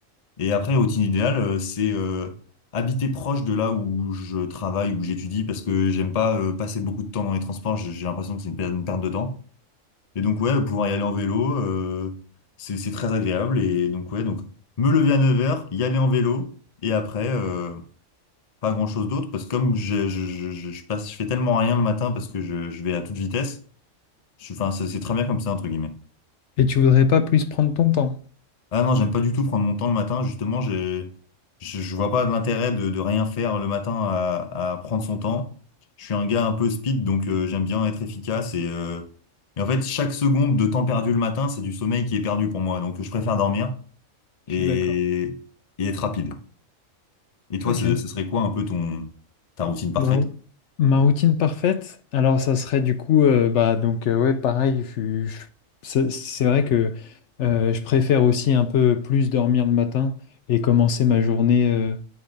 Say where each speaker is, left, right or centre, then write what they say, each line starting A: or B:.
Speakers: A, on the left; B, on the left.
A: Et après, la routine idéale, euh, c'est euh, habiter proche de là où je travaille, où j'étudie, parce que j'aime pas euh, passer beaucoup de temps dans les transports. J'ai j'ai l'impression que c'est une per- une perte de temps. Et donc, ouais, pouvoir y aller en vélo, euh, c'est c'est très agréable. Et donc, ouais, donc me lever à neuf heures, y aller en vélo, et après, euh, pas grand-chose d'autre, parce que comme je, je, je, je je passe, je fais tellement rien le matin parce que je, je vais à toute vitesse, je, enfin, c'est c'est très bien comme ça, entre guillemets.
B: Et tu voudrais pas plus prendre ton temps?
A: Ah non, j'aime pas du tout prendre mon temps le matin. Justement, je, je, je vois pas l'intérêt de, de rien faire le matin à, à prendre son temps. Je suis un gars un peu speed, donc euh, j'aime bien être efficace. Et, euh, et en fait, chaque seconde de temps perdu le matin, c'est du sommeil qui est perdu pour moi. Donc je préfère dormir
B: Je
A: et,
B: suis d'accord.
A: et être rapide. Et toi,
B: Ok.
A: ce, ce serait quoi un peu ton, ta routine parfaite?
B: Ma, rou- ma routine parfaite, alors ça serait du coup, euh, bah donc euh, ouais, pareil, je- je- c'est c'est vrai que euh, je préfère aussi un peu plus dormir le matin et commencer ma journée, euh,